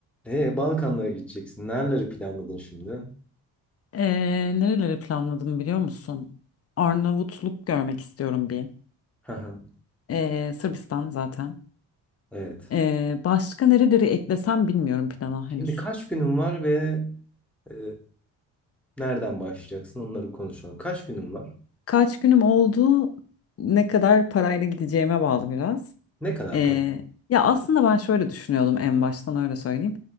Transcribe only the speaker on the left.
Ee, nereleri planladım biliyor musun? Arnavutluk görmek istiyorum bir.
Ee, Sırbistan zaten.
Ee, başka nereleri eklesem bilmiyorum plana
henüz.
Kaç günüm oldu? Ne kadar parayla gideceğime bağlı biraz.
Ee,
ya aslında ben şöyle düşünüyordum en baştan öyle söyleyeyim.